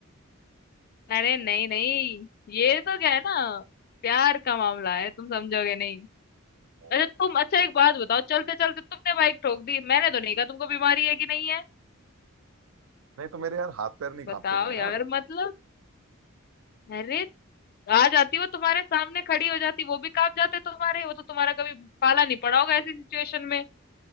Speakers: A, on the left; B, on the right.
A: अरे नहीं नहीं ये तो क्या है ना प्यार का मामला है तुम समझोगे नहीं
B: कोई
A: अच्छा तुम अच्छा एक बात बताओ चलते चलते तुमने बाइक ठोक दी मैंने तो नहीं कहा तुमको बीमारी है कि नहीं है
B: नहीं तो मेरे यार हाथ पैर नहीं कांपते
A: बताओ
B: ना यार
A: यार मतलब अरे आ जाती वो तुम्हारे सामने खड़ी हो जाती वो भी कांप जाते तुम्हारे वो तो तुम्हारा कभी पाला नहीं पड़ा होगा ऐसी सिचुएशन में